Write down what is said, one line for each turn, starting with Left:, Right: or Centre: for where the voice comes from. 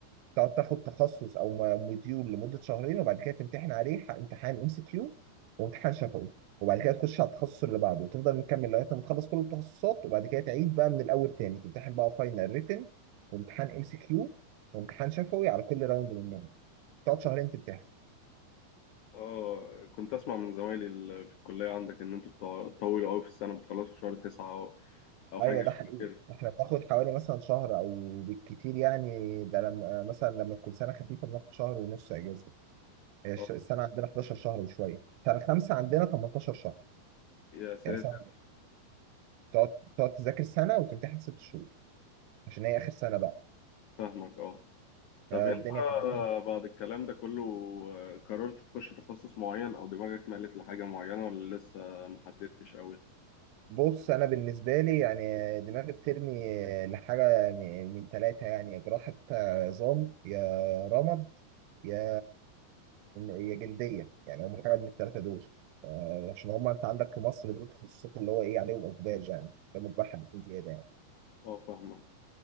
Right: تقعد تاخد تخصص او م- مديول لمده شهرين وبعد كده تمتحن عليه ح- امتحان ام سي كيو وامتحان شفوي وبعد كده تخش على التخصص اللي بعده وتفضل مكمل لغايه ما تخلص كل التخصصات وبعد كده تعيد بقى من الاول تاني تمتحن بقى فاينل ريتن وامتحان ام سي كيو وامتحان شفوي على كل راوند منهم تقعد شهرين تمتحن
Left: أه كنت أسمع من زمايلي اللي في الكلية عندك إن أنتوا بتع- بتطولوا أوي في السنة بتخلصوا في شهر تسعة أو أو
Right: ايوه
Left: حاجة
Right: ده
Left: شبه
Right: حقيقي
Left: كده
Right: احنا بناخد حوالي مثلا شهر او بالكتير يعني ده لما مثلا لما تكون سنه خفيفه بناخد شهر ونص اجازه هي الش-
Left: أه
Right: السنه عندنا 11 شهر وشويه سنه خمسه عندنا 18 شهر
Left: يا ساتر
Right: يعني سنة تقعد تقعد تذاكر سنة وتمتحن ست شهور عشان هي آخر سنة بقى
Left: فاهمك أه طب
Right: فالدنيا
Left: أنت
Right: بتبقى-
Left: بعد الكلام ده كله آه، قررت تخش تخصص معين أو دماغك مالت لحاجة معينة ولا لسه محددتش أوي؟
Right: بص أنا بالنسبة لي يعني دماغي بترمي لحاجة من من تلاتة يعني يا جراحة عظام يا رمد يا يا جلدية يعني هم حاجة من التلاتة دول آه، عشان هم أنت عندك في مصر دول التخصصات اللي هو إيه عليهم إقبال يعني ده مجبر حبتين زيادة يعني
Left: اه فاهمك